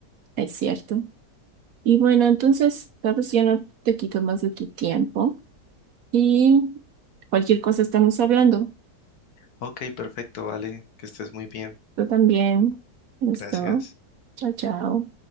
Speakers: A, on the right; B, on the left.
A: es cierto. Y bueno, entonces, tal vez ya no te quito más de tu tiempo y cualquier cosa estamos hablando.
B: Ok, perfecto, vale, que estés muy bien.
A: Yo también. Listo.
B: Gracias.
A: Chao, chao.